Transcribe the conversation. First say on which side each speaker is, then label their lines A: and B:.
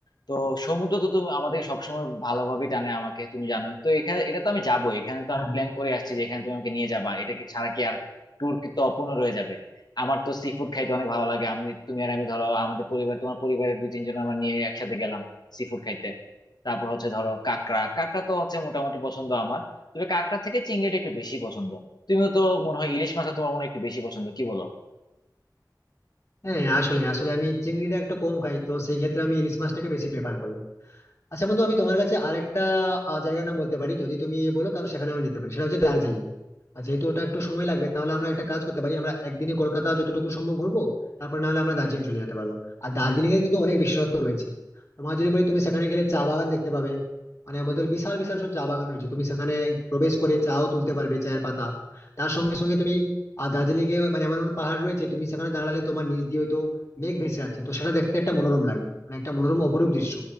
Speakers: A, on the left; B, on the left.
A: তো সমুদ্র তো তুমি আমাদের সবসময় ভালোভাবেই টানে আমাকে তুমি জানোই তো এখানে এটা তো আমি যাবো এখানে তো
B: হ্যাঁ
A: আমি প্ল্যান করে আসছি যে এখানে তুমি আমাকে নিয়ে যাবা এটা কি ছাড়া কি আর ট্যুর কি তো অপূর্ণ রয়ে যাবে আমার তো সি ফুড খাইতে অনেক ভালো লাগে আমি তুমি আর আমি ধরো আমাদের পরিবার তোমার পরিবারের দুই তিনজন আমরা নিয়ে একসাথে গেলাম সি ফুড খাইতে তারপর হচ্ছে ধরো কাঁকড়া কাঁকড়া তো হচ্ছে মোটামুটি পছন্দ আমার তবে কাঁকড়া থেকে চিংড়িটা একটু বেশি পছন্দ তুমিও তো মনে হয় ইলিশ মাছটা তোমার মনে হয় একটু বেশি পছন্দ কি বলো
B: হ্যাঁ, আসলে আসলে আমি চিংড়িটা একটু কম খাই তো সেই ক্ষেত্রে আমি ইলিশ মাছটাকে বেশি প্রেফার করি আচ্ছা বন্ধু আমি তোমার কাছে আরেকটা আহ, জায়গার নাম বলতে পারি যদি তুমি বলো তাহলে সেখানে আমি যেতে পারি সেটা হচ্ছে দার্জিলিং আর যেহেতু ওটা একটু সময় লাগবে তাহলে আমরা একটা কাজ করতে পারি আমরা একদিনে কলকাতা যতটুকু সম্ভব ঘুরবো তারপর না হলে আমরা দার্জিলিং চলে যেতে পারবো আর দার্জিলিং এর কিন্তু অনেক বিশেষত্ব রয়েছে তোমার যদি বলি তুমি সেখানে গেলে চা বাগান দেখতে পাবে মানে বলতে গেলে বিশাল বিশাল সব চা বাগান রয়েছে তুমি সেখানে প্রবেশ করে চাও তুলতে পারবে চায়ের পাতা তার সঙ্গে সঙ্গে তুমি আর দার্জিলিং এ মানে এমন এমন পাহাড় রয়েছে তুমি সেখানে দাঁড়ালে তোমার নিচ দিয়ে হয়তো মেঘ ভেসে যাচ্ছে তো সেটা দেখতে একটা মনোরম লাগে মানে একটা মনোরম অপরূপ দৃশ্য